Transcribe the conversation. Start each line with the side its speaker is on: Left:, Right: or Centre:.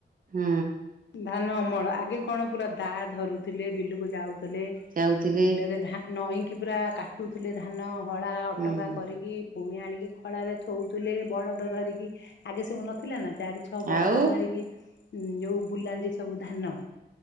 Right: ହୁଁ।
Left: ଧାନ ଅମଳ ଆଗେ କଣ ପୁରା ଦା ଧରୁଥିଲେ ବିଲକୁ ଯାଉଥିଲେ।
Right: ଯାଉଥିଲେ
Left: ବିଲରେ ଧାନ ନଈକି ପୁରା କାଟୁଥିଲେ ଧାନ ହଳା ଅଟଙ୍ଗା
Right: ହୁଁ
Left: କରିକି ପୁଣି ଆଣିକି ଖଳାରେ ଥଉଥିଲେ ବଳଦ ଧରିକି ଆଗେ ସବୁ ନଥିଲେ ନା ଚାରି ଗଛ ବଳଦ
Right: ଆଉ
Left: ଧରିକି ଯୋଉ ବୁଲାନ୍ତି ସବୁ ଧାନ